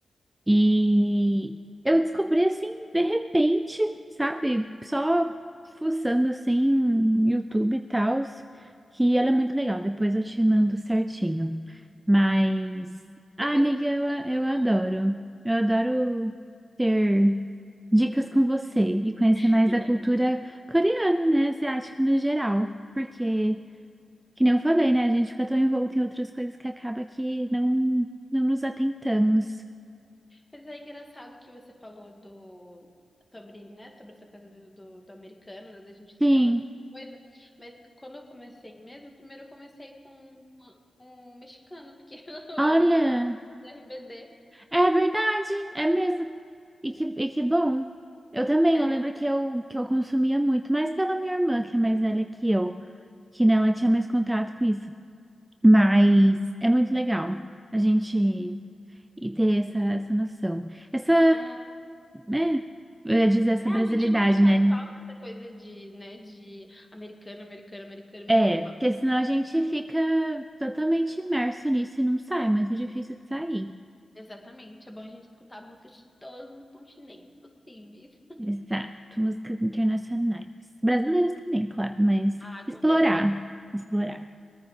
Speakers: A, on the right; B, on the left.
A: E eu descobri assim, de repente, sabe? Só fuçando assim, YouTube e tal, que ela é muito legal. Depois eu te mando certinho. Mas, ai,
B: Depois
A: amiga,
B: você me
A: eu, a-
B: lembra
A: eu
B: o
A: adoro.
B: nome.
A: Eu adoro ter dicas com você e conhecer
B: <laughs>
A: mais da cultura coreana, né? Asiática no geral. Porque, que nem eu falei, né? A gente fica tão envolto em outras coisas que acaba que não, não nos atentamos.
B: Mas é engraçado que você falou do sobre, né, sobre essa coisa do, do, do americano, né, da gente escutar
A: Sim.
B: bastante coisa. Mas quando eu comecei mesmo, primeiro eu comecei com um, um mexicano, porque <laughs> eu
A: Olha,
B: era muito do RBD.
A: é verdade, é mesmo. E que, e que bom. Eu também,
B: É,
A: eu lembro que eu, que eu consumia muito, mais pela minha irmã, que é mais velha que eu, que né, ela tinha mais contato com isso. Mas é muito legal a gente e ter essa, essa noção. Essa,
B: é, é,
A: né, eu ia dizer essa
B: a
A: brasilidade,
B: gente não ficar
A: né?
B: só nessa coisa de, né, de americano, americano, americano,
A: É,
B: música pop.
A: porque senão a gente fica totalmente imerso nisso e não sai, é muito difícil de sair.
B: Exatamente, é bom a gente escutar músicas de todos os continentes possíveis.
A: Exato, músicas internacionais. Brasileiras também, claro, mas
B: Ah,
A: explorar,
B: com certeza,
A: explorar.